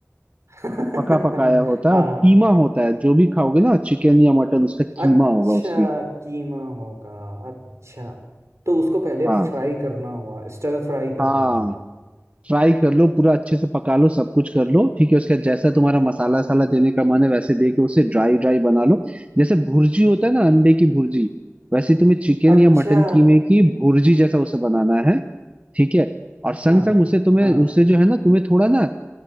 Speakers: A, on the right; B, on the right.
A: <laughs>
B: पका पकाया होता
A: हाँ
B: है और कीमा होता है जो भी खाओगे ना चिकन या मटन उसका
A: अच्छा
B: कीमा होगा उसमें
A: कीमा होगा अच्छा तो उसको पहले
B: हाँ
A: फ्राई करना हुआ स्टर फ्राई करना
B: हाँ
A: हुआ
B: ट्राई कर लो पूरा अच्छे से पका लो सब कुछ कर लो ठीक है उसके बाद जैसा तुम्हारा मसाला साला देने का मन है वैसे दे के उसे ड्राई ड्राई बना लो जैसे भुर्जी होता है ना अंडे की भुर्जी वैसे तुम्हें चिकन
A: अच्छा
B: या मटन कीमे की भुर्जी जैसा उसे बनाना है ठीक है और संग
A: हाँ
B: संग उसे तुम्हें
A: हाँ
B: उसे जो है ना तुम्हें थोड़ा ना